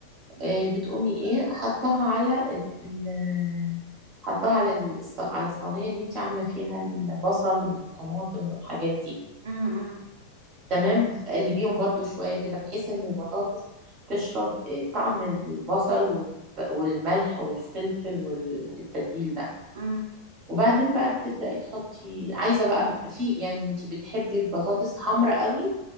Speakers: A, on the right (about 55°); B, on the right (about 35°).
A: مم،
B: آه، بتقومي ايه حطها على ال- حطها على الص- على الصينية اللي انت عاملة فيها البصل والطماطم والحاجات دي
A: مم، مم،
B: تمام وتقلبيهم برضو شوية كده بحيث ان البطاطس تشرب آه، طعم البصل والت- والملح والفلفل والتتبيل ده
A: مم.
B: وبعدين بقى بتبدأي تحطي عايزة بقى م- في يعني انت بتحبي البطاطس حمرا قوي